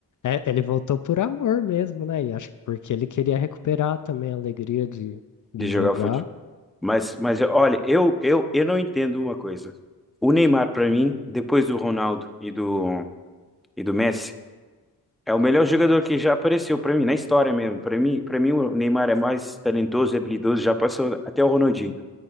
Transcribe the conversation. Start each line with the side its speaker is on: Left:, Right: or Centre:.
Left: É, ele voltou por amor mesmo, né? E acho que porque ele queria recuperar também a alegria de, de
Centre: de
Left: jogar.
Centre: jogar Mas, mas olha, eu, eu, eu não entendo uma coisa. O Neymar, pra mim, depois do Ronaldo e do, e do Messi, é o melhor jogador que já apareceu pra mim, na história mesmo. Pra mim, para mim, o Neymar é mais talentoso e habilidoso, já passou até o Ronaldinho